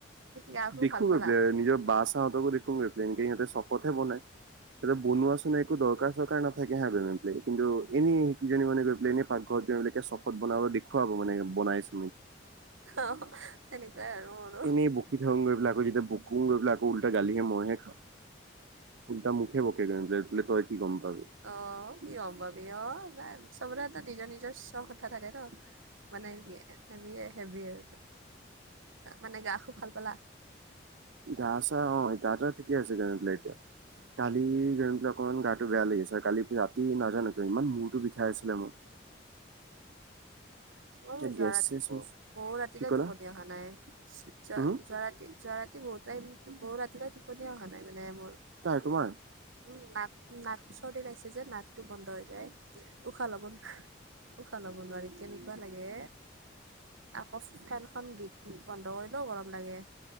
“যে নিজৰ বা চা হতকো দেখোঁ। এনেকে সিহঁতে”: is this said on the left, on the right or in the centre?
Right